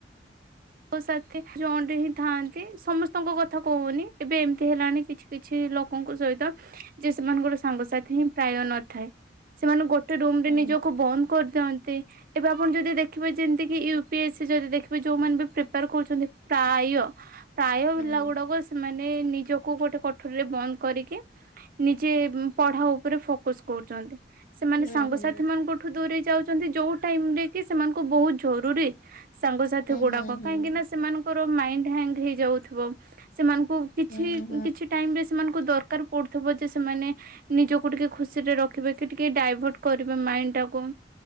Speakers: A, on the right; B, on the left.
A: ମୋ ସାଥି ଜଏଣ୍ଟ ହିଁ ଥାଆନ୍ତି ସମସ୍ତଙ୍କ କଥା କହୁନି ଏବେ ଏମିତି ହେଲାଣି କିଛି କିଛି ଲୋକଙ୍କ ସହିତ ଯେ ସେମାନଙ୍କୋଟ ସାଙ୍ଗସାଥି ହିଁ ପ୍ରାୟ ନଥାଏ। ସେମାନେ ଗୋ ଟେ ରୁମ
B: ହୁଁ
A: ରେ ନିଜକୁ ବନ୍ଦ କରିଦିଅନ୍ତି। ଏବେ ଆପଣ ଯଦି ଦେଖିବେ ଯେମିତି କିି ୟୁ ପି ଏସ୍ ସି ଯଦି ଦେଖିବେ ଯୋଉମାନେ ବି ପ୍ରିପାର କରୁଛନ୍ତି ପ୍ରାୟ ପ୍ରାୟ
B: ହୁଁ
A: ପିଲା ଗୁଡାକ ସେମାନେ ନେ ନିଜକୁ ଗୋଟେ କଠୋରୀରେ ବନ୍ଦ କରିକି ନିଜେ ପଢା ଉପରେ ଫୋକସ କରୁଛନ୍ତି। ସେମାନେ
B: ହୁଁ
A: ସାଙ୍ଗସାଥି
B: ହୁଁ ହୁଁ
A: ମାନଙ୍କଠୁ ଦୂରେଇ ଯାଉଛନ୍ତି ଯୋଉ ଟାଇମ ରେ କି ସେମାନଙ୍କୁ ବହୁତ ଜୋ ଜରୁରୀ ସାଙ୍ଗସାଥି ଗୁଡାକ
B: ହୁଁ ହୁଁ ହୁଁ
A: ମାନଙ୍କର ମାଇଣ୍ଡ ହାଙ୍କ ହେଇଯାଉଥିବା ସେମାନଙ୍କୁ
B: ହୁଁ
A: କିଛି
B: ହୁଁ
A: କିଛି ଟାଇମ୍ରେ ସେମାନଙ୍କୁ ଦରକାର ପଡ଼ୁଥିବ ଯେ ସେମାନେ ନିଜକୁ ଟିକେ ଖୁସିରେ ରଖିବେ କି ଟିକେ ଡାଇଭର୍ଟ କରିବେ ମାଇଣ୍ଡ ଟାକୁ।